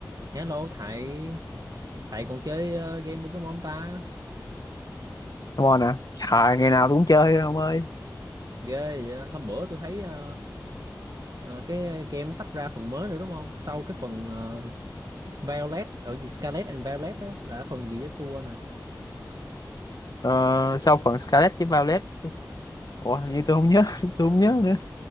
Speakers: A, on the right; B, on the left.
A: Hello thầy, thầy còn chơi ờ, game Pokemon không ta?
B: Come on à Trời, ngày nào tôi cũng chơi ông ơi
A: Ghê vậy. á. Hôm bữa tôi thấy ờ, ờ, cái game nó sắp ra phần mới rồi đúng không? Sau cái phần ờ, Violet ở gì Scarlet and Violet á là phần gì á tôi quên rồi.
B: ờ, sau phần Scarlet với Violet Ủa hình như tôi không nhớ <laughs> tôi không nhớ nữa